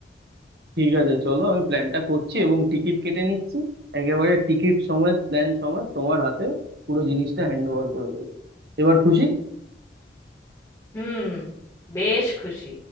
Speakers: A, on the right; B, on the left.
A: ঠিক আছে চলো আমি প্ল্যানটা করছি এবং টিকিট কেটে নিচ্ছি একেবারে টিকিট সমেত প্ল্যান সমেত তোমার হাতে পুরো জিনিসটা হ্যান্ড ওভার করে দেবো এবার খুশি
B: হুম বেশ খুশি